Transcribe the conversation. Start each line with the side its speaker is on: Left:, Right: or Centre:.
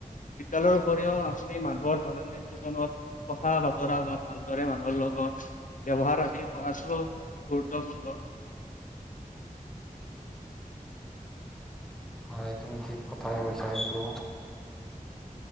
Left: বিদ্যালয় উপৰিও আপুনি মানুহৰ দৈনন্দিন জীৱনত কথা বতৰা বা ভালদৰে মানুহৰ লগ ব্যৱহাৰ আদি গুৰুত্ব পূৰ্ণ
Centre: হয় তুমি ঠিক কথা কৈছা এইটো